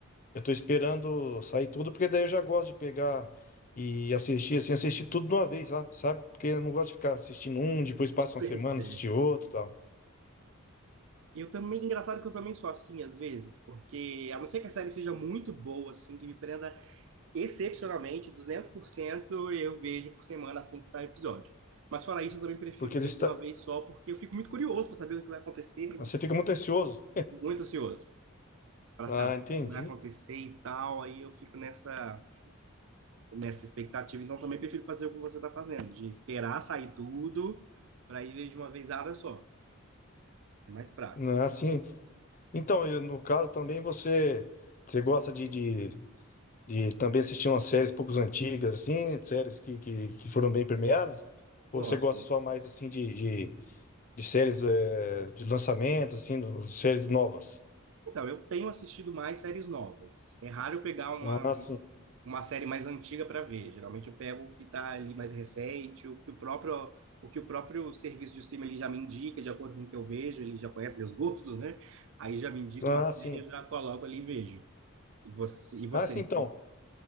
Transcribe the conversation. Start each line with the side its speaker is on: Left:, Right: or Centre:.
Left: Eu tô esperando sair tudo, porque daí eu já gosto de pegar e assistir, assim, assistir tudo de uma vez, sabe? Sabe? Porque eu não gosto de ficar assistindo um, depois passa
Right: Pois
Left: uma semana,
Right: é.
Left: assistir outro e tal.
Right: Eu também, engraçado que eu também sou assim às vezes, porque a não ser que a série seja muito boa, assim, que me prenda excepcionalmente, 200% eu vejo por semana assim que sai o episódio. Mas fora isso, eu também prefiro
Left: Porque ele
Right: ver
Left: está.
Right: de uma vez só, porque eu fico muito curioso para saber o que vai acontecer,
Left: Você fica muito ansioso.
Right: muito ansioso para
Left: Ah,
Right: saber
Left: entendi.
Right: o que vai acontecer e tal. Aí eu fico nessa, nessa expectativa. Então também prefiro fazer o que você está fazendo, de esperar sair tudo para ir ver de uma vezada só. É mais prático.
Left: Não, é assim. Então, e no caso também você. Você gosta de, de, de também assistir umas séries poucos antigas, assim, séries que, que, que foram bem premiadas? Ou
Right: Gosto.
Left: você gosta só mais assim de, de, de séries eh, de lançamento, assim, no- séries novas?
Right: Então, eu tenho assistido mais séries novas. É raro eu pegar uma
Left: Ah, sim.
Right: uma série mais antiga para ver. Geralmente eu pego o que está ali mais recente, o que o próprio o que o próprio serviço de streaming ele já me indica, de acordo com o que eu vejo, ele já conhece meus <laughs> gostos, né? Aí já me indica
Left: Ah,
Right: uma série,
Left: sim.
Right: eu já coloco ali e vejo. E você, e você?
Left: Ah, sim, então.